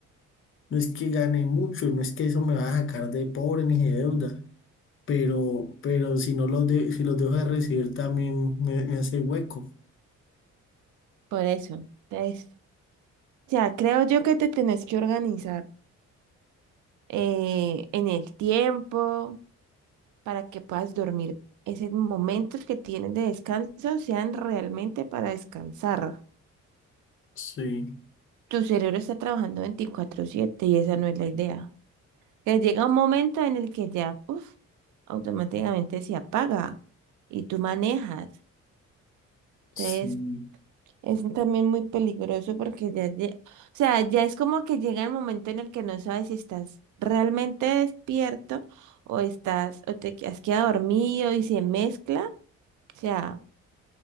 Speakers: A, on the left (about 40°); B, on the right (about 80°).
A: no es que gane mucho, no es que eso me va a sacar de pobre ni de deuda, pero, pero si no los de, si los dejo de recibir también me, me hace hueco.
B: Por eso, entonces, Ya, creo yo que te tenés que organizar eh, en el tiempo para que puedas dormir. Esos momentos que tienes de descanso sean realmente para descansar.
A: Sí,
B: Tu cerebro está trabajando veinticuatro siete y esa no es la idea. Que llega un momento en el que ya, uf, automáticamente se apaga y tú manejas.
A: sí.
B: Entonces, Es también muy peligroso porque ya, lle- o sea, ya es como que llega el momento en el que no sabes si estás realmente despierto o estás, o te que- has quedado dormido y se mezcla. O sea,